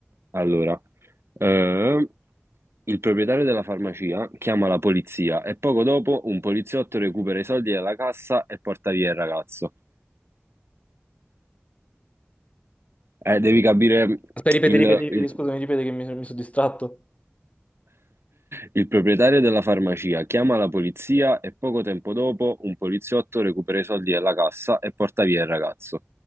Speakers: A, on the right; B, on the left.
A: Allora, ehm, il proprietario della farmacia chiama la polizia e poco dopo un poliziotto recupera i soldi dalla cassa e porta via il ragazzo. Eh, devi capire
B: Aspetta, ripeti,
A: il,
B: ripeti, ripeti,
A: il-
B: scusami, ripeti che mi, so, mi sono distratto.
A: Il proprietario della farmacia chiama la polizia e poco tempo dopo un poliziotto recupera i soldi dalla cassa e porta via il ragazzo.